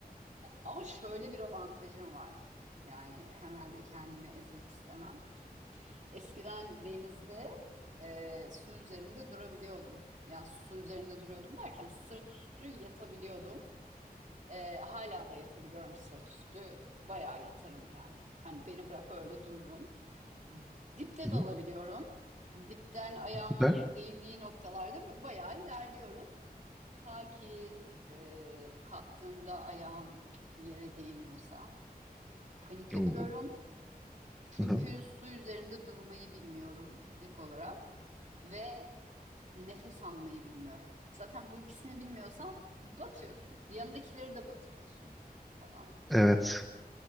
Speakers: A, on the right; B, in the centre.
A: Ama şöyle bir avantajım var. Yani hemen de kendimi ezmek istemem. Eskiden denizde e, su üzerinde durabiliyordum. Yani su üzerinde duruyordum derken sırt üstü yatabiliyordum. E, hala da yatabiliyorum sırt üstü. Bayağı yatarım yani. Hani beni bırak öyle dururum. Dipte
B: Hı
A: dalabiliyorum.
B: hı.
A: Dipten ayağımın
B: Süper.
A: değdiği noktalarda böyle bayağı ilerliyorum. Ta ki e, kalktığımda ayağım yere değmiyorsa. Panik yapıyorum.
B: Oo.
A: Çünkü
B: Hı hı.
A: su üzerinde durmayı bilmiyorum dik olarak ve nefes almayı bilmiyorum. Zaten bu ikisini bilmiyorsan batıyorsun. Yanındakileri de batırıyorsun falan.
B: Evet.